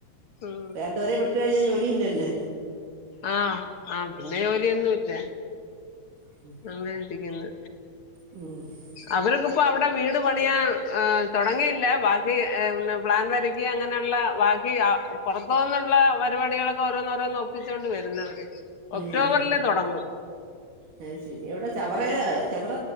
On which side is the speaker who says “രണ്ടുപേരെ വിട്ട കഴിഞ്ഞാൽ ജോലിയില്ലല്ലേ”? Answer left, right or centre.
Right